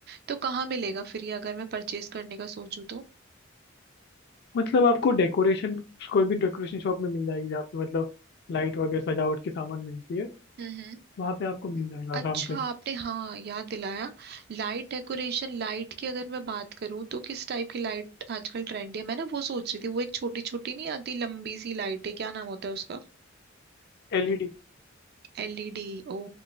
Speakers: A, on the right; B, on the left.
A: तो कहाँ मिलेगा फिर ये अगर मैं परचेज करने का सोचूं तो
B: मतलब आपको डेकोरेशन कोई भी डेकोरेशन शॉप में मिल जाएगी जहाँ पे मतलब लाइट वगैरह सजावट के सामान मिलती है
A: हम्म
B: वहाँ पे आपको मिल जाएगा आराम
A: अच्छा
B: से
A: आपने हाँ याद दिलाया लाइट डेकोरेशन लाइट की अगर मैं बात करूँ तो किस टाइप की लाइट आजकल ट्रेंडी है मैं ना वो सोच रही थी वो एक छोटी छोटी नहीं आती लंबी सी लाइट है क्या नाम होता है उसका
B: एलईडी
A: एलईडी ओ